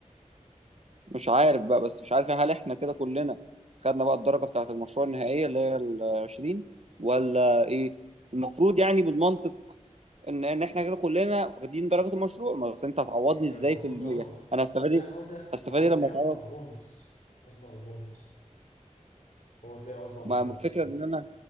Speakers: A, on the right; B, on the left.
A: مش عارف بقى بس مش عارف هل احنا كده كلنا خدنا بقى الدرجة بتاعة المشروع النهائية اللي هي ال 20 ولا ايه المفروض يعني بالمنطق ان ان احنا كده كلنا واخدين درجة المشروع ما بس انت هتعوضني
B: يعني
A: ازاي
B: المفروض
A: في المية
B: اه
A: انا هستفاد
B: لا
A: ايه
B: انا قصدي
A: هستفاد
B: ما هو
A: ايه
B: تلاقيه
A: لما اتعوض
B: قصده على البونص قصده على البونص هو تلاقيه قصده على
A: ما
B: البونص
A: الفكرة
B: يعني
A: ان انا